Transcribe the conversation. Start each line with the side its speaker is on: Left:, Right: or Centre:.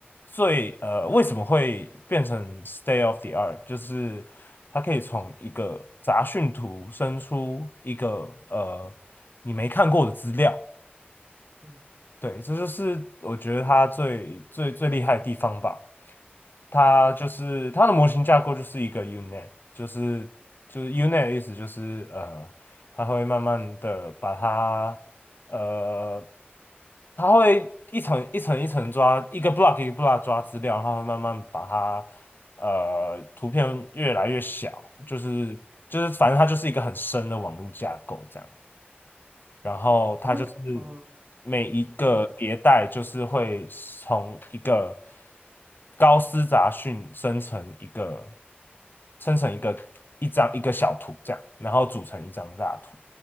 Left: 最呃，为什么会变成 state of the art？就是它可以从一个杂讯图生出一个呃你没看过的资料，
Right: 嗯，
Left: 对，这就是我觉得它最最最厉害的地方吧。它就是它的模型架构就是一个 unit，就是就是 unit 的意思就是呃，它会慢慢的把它呃，它会一层一层一层抓，一个 block 一个 block 抓资料，然后它会慢慢把它呃图片越来越小，就是就是反正它就是一个很深的网络架构这样。然后它就是
Right: 因为啊，呃
Left: 每一个迭代就是会从一个
Right: 那你
Left: 高斯杂讯生成一个生成一个一张一个小图这样，然后组成一张大图。